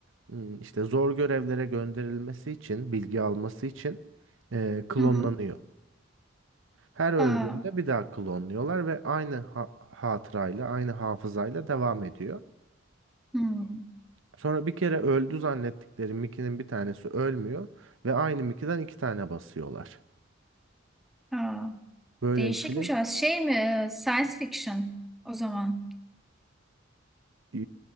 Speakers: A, on the right; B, in the centre.
A: m, işte zor görevlere gönderilmesi için, bilgi alması için e, klonlanıyor.
B: hı hı.
A: Her öldüğünde
B: Aa,
A: bir daha klonluyorlar ve aynı ha- hatırayla, aynı hafızayla devam ediyor.
B: hı.
A: Sonra bir kere öldü zannettikleri Mickey'nin bir tanesi ölmüyor ve aynı Mickey'den iki tane basıyorlar.
B: Aa.
A: Böyle
B: Değişikmiş
A: bir film
B: az şey mi? e, Science fiction o zaman.
A: ee,